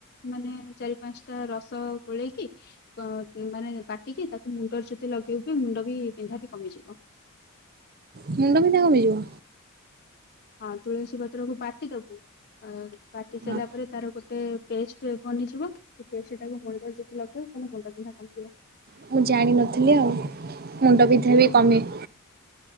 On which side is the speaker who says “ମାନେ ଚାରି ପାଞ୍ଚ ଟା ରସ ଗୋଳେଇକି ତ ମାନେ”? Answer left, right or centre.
Left